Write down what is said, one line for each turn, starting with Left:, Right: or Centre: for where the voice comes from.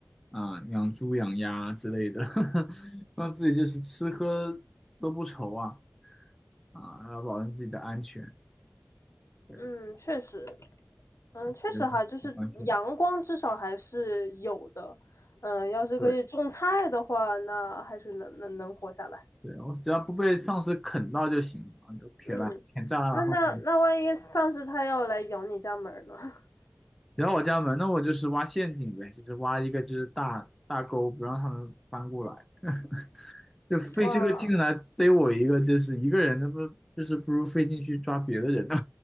Centre: 啊、养猪养鸭之类的，<laughs> 让自己就是吃喝都不愁啊啊，要保证自己的安全，对，
Left: 嗯，确实，嗯，确实哈，
Centre: 觉得很关键，
Left: 就是阳光至少还是有的。嗯，要是可以种菜的话，
Centre: 对
Left: 那还是能能能活下来。
Centre: 对，我只要不被丧尸啃到就行了，就铁栏、
Left: 嗯，
Centre: 铁栅栏然后。
Left: 那那那万一丧尸它要来咬你家门儿呢？<laughs>
Centre: 然后我家门，那我就是挖陷阱呗，就是挖一个就是大大沟，不让他们翻过来，<laughs> 就费这个劲来逮我一个，
Left: 哇，
Centre: 就是一个人，那不就是不如费劲去抓别的人呢，